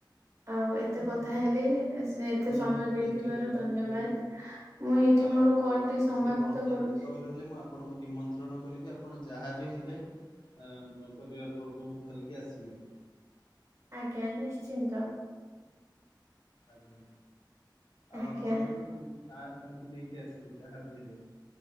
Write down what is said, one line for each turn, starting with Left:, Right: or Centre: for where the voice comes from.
Right: ଆଉ ଏତେ
Left: ହଁ
Right: କଥା ହେଲି ସେ ଏତେ
Left: ନିହାତି
Right: ସମୟ ଦେଇଥିବାରୁ
Left: ଚେଷ୍ଟା କରିବି
Right: ଧନ୍ୟବାଦ୍।
Left: ଯିବାକୁ।
Right: ମୁଁ ଏଇଠି
Left: ଆଉ
Right: ମୋର କଲ୍
Left: ଆପଣ
Right: ଟି ସମାପ୍ତ
Left: ସେ ଭଣଜା
Right: କରୁଛି।
Left: ବ୍ରତଘର ରହିଲେ ମୁଁ ଆପଣଙ୍କୁ ନିମନ୍ତ୍ରଣ କରିବି ଆପଣ ଯାହାବି ହେଲେ। ଆଁ ପରିବାର ବର୍ଗଙ୍କୁ ଧରିକି ଆସିବେ।
Right: ଆଜ୍ଞା ନିଶ୍ଚିନ୍ତ।
Left: ଆଜ୍ଞା ଆଉ
Right: ଆଜ୍ଞା
Left: ଆପଣଙ୍କର ସେ କିଛି ସାର୍ ତାଙ୍କୁ ନେଇକି ଆସିବେ ଯାହାବି ହେଲେ